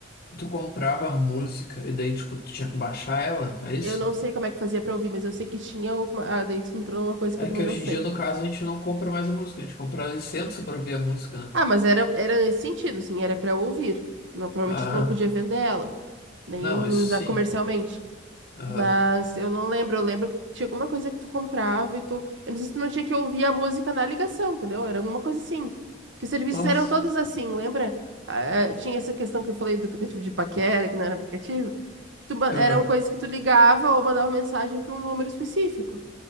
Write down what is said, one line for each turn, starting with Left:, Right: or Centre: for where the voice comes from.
Left: tu comprava música e daí, tipo, tu tinha que baixar ela, é isso?
Right: Eu não sei como é que fazia pra ouvir, mas eu sei que tinha alguma. Ah, daí tu entrou numa coisa
Left: É
Right: que eu também
Left: que hoje
Right: não sei.
Left: em dia, no caso, a gente não compra mais a música, a gente compra a licença pra ouvir a música, né?
Right: Ah, mas era, era nesse sentido, assim, era pra ouvir. Não, provavelmente
Left: Ah,
Right: tu não podia vender ela, nem
Left: não, isso
Right: usar
Left: sim.
Right: comercialmente.
Left: Aham.
Right: Mas eu não lembro, eu lembro que tinha alguma coisa que tu comprava e tu. Eu não sei se tu não tinha que ouvir a música na ligação, entendeu? Era alguma coisa assim. Que os serviços
Left: Nossa.
Right: eram todos assim, lembra? Ah, é, tinha essa questão que eu falei do aplicativo de paquera, que não era aplicativo. Que tu, ma- eram
Left: Aham,
Right: coisas que tu ligava ou mandava mensagem para um número específico.